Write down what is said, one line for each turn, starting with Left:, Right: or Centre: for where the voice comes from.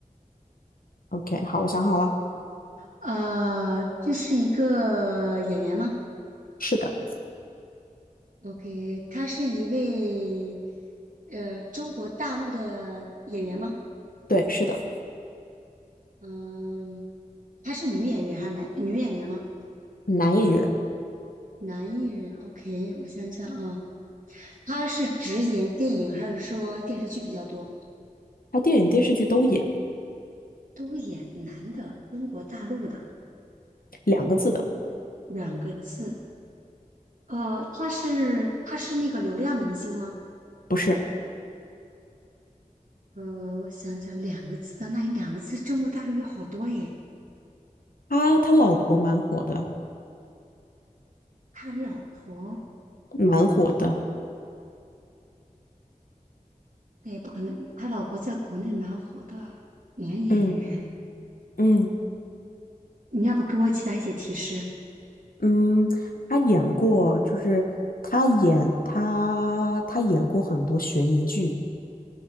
Left: OK，好，我想好了，
Right: 呃，这是一个演员吗
Left: 是的，
Right: ？OK，她是一位呃中国大陆的演员吗？
Left: 对，是的，
Right: 嗯，她是女演员还是男女演员吗？
Left: 男演员，
Right: 男艺人，OK，我想想啊，她是只演电影还是说电视剧比较多？
Left: 他电影电视剧都演，
Right: 都演男的，中国大陆的
Left: 两个字的，
Right: 两个字。呃，他是他是那个流量明星吗？
Left: 不是，
Right: 呃，我想想，两个字的，那你两个字，中国大陆有好多耶。
Left: 他他老婆蛮火的，
Right: 他老婆，
Left: 蛮火的，
Right: 那也不可能，他老婆在国内蛮火的男演员。
Left: 嗯嗯
Right: 你要不给我其他一些提示？
Left: 嗯，他演过，就是他演他他演过很多悬疑剧，